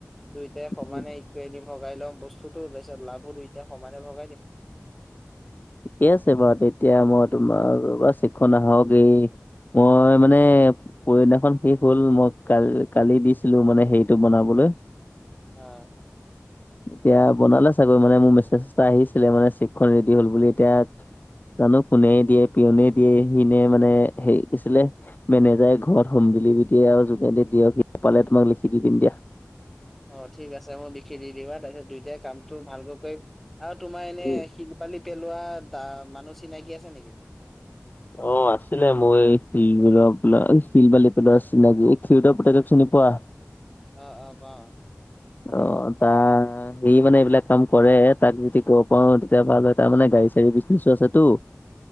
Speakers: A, in the centre; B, on the left.
A: দুইটাই সমানে
B: উম,
A: ইকুৱেলি ভগাই লম বচ বস্তুটো তাইছত লাভো দুইটাই সমানে ভগাই দিম।
B: ঠিকে আছে বাৰু তেতিয়া মই তোমাৰ ৰবা চেকখন আহক এই মই মানে পৰহী দিনাখন শেষ হ'ল মই কাল- কালি দিছিলো মানে হেৰিটো বনাবলৈ।
A: আহ,
B: এতিয়া বনালে চাগৈ মানে মোৰ মেছেজ এটা আহিছিলে মানে চেকখন ৰেডি হল বুলি এতিয়া। জানো কোনে দিয়ে পিয়নে দিয়ে সিনে মানে হেৰি কিছিলে মেনেজাৰে ঘৰত হোম ডেলিভাৰী দিয়ে আৰু যোনে দিয়ে দিয়ক সিটো পালে তোমাক লিখি দি দিম দিয়া।
A: অ, ঠিক আছে মোক লিখি দি দিবা তাৰপিছত দুইটাই কামটো ভালকৈ কৰিম আৰু তোমাৰ এনে
B: উম
A: শিল বালি পেলোৱা দা মানুহ চিনাকি আছে নেকি?
B: অ, আছিলে মই এই শিলবোৰৰ পেলা শিল বালি পেলোৱা চিনাকি এ খিউদৰ পুতেকক চিনি পোৱা?
A: অ', অ', কোৱা?
B: অ, তাৰ সে মানে এইবিলাক কাম কৰে তাক যদি কব পাও তেতিয়া ভাল হয় তাৰ মানে গাড়ী চাড়ী বিজনেছো আছেতো। <inaudible>